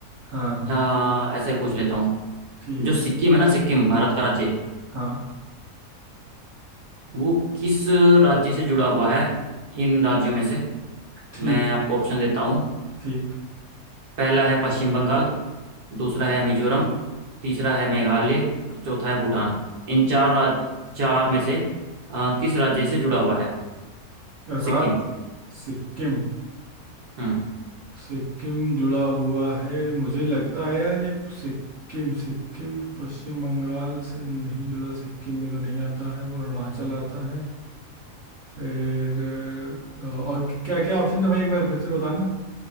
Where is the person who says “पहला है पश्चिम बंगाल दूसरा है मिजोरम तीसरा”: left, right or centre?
Right